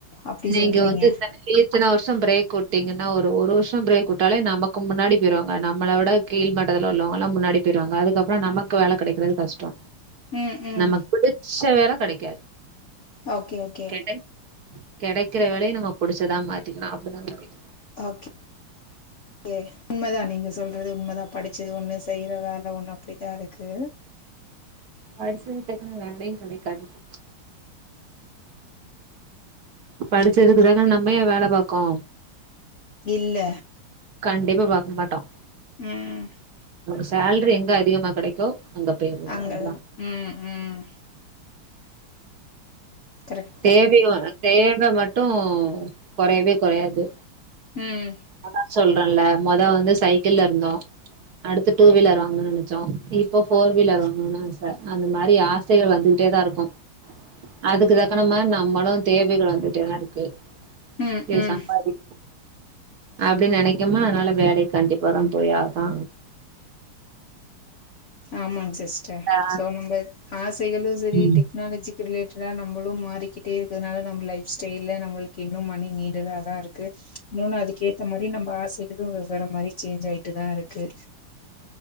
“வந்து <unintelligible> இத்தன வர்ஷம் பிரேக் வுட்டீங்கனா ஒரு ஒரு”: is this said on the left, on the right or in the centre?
Right